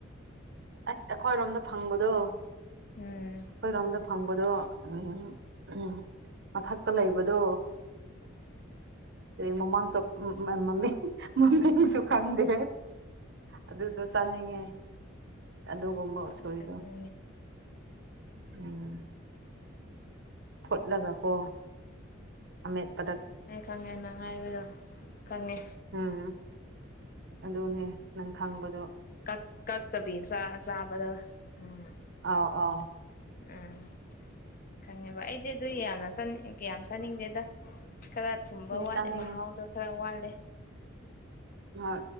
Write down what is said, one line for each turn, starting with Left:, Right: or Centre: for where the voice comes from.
Right: ꯑꯁ ꯑꯩꯈꯣꯏꯔꯣꯝꯗ ꯐꯪꯕꯗꯣ ꯑꯩꯈꯣꯏꯔꯣꯝꯗ
Left: ꯎꯝ
Right: ꯐꯪꯕꯗꯣ ꯎꯝ ꯎꯝ ꯃꯊꯛꯇ ꯂꯩꯕꯗꯣ ꯃꯃꯥ ꯁ <inaudible> ꯃꯃꯤꯁꯨ ꯈꯥꯡꯅꯤꯡꯗꯦ ꯑꯗꯨꯗꯣ ꯆꯥꯅꯤꯡꯉꯦ ꯑꯗꯨꯒꯨꯝꯕ ꯎꯁꯣꯏꯗꯣ
Left: ꯎꯝ
Right: ꯎꯝ ꯐꯣꯠꯂꯒ ꯀꯣ ꯑꯃꯦꯠꯄꯗ
Left: ꯍꯣꯏꯍꯣꯏ ꯈꯪꯉꯦ ꯅꯪ ꯍꯥꯏꯕꯗꯣ ꯈꯪꯉꯦ
Right: ꯎꯝ ꯑꯗꯨꯅꯦ ꯅꯪ ꯈꯪꯕꯗꯣ
Left: ꯀꯛ ꯀꯛꯇꯕꯤ ꯆꯥꯕꯗ ꯎꯝ
Right: ꯑ ꯑ <inaudible>
Left: ꯎꯝ ꯈꯪꯉꯦꯕ ꯑꯩꯗꯤ ꯑꯗꯨ ꯌꯥꯝꯅꯅꯤꯡ ꯀꯌꯥꯝ ꯆꯥꯅꯤꯡꯗꯦꯗ ꯈꯔ ꯊꯨꯝꯕ
Right: ꯑꯗꯨꯗꯤ
Left: ꯋꯥꯠꯂꯦ
Right: ꯆꯥꯅꯤꯡꯉꯦ
Left: ꯃꯍꯥꯎꯗꯣ ꯈꯔ ꯋꯥꯠꯂꯦ
Right: ꯍꯣꯏ